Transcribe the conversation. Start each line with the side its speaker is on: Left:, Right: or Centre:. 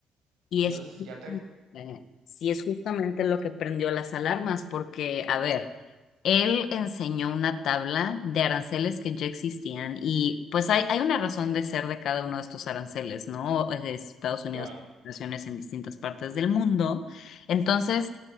Left: Y
Right: Entonces,
Left: es,
Right: si ya tengo...
Left: eh, sí es justamente lo que prendió las alarmas, porque, a ver, él enseñó una tabla de aranceles que ya existían y pues hay, hay una razón de ser de cada uno de estos aranceles, ¿no? Es de Estados Unidos,
Right: Claro.
Left: naciones en distintas partes del mundo. Entonces,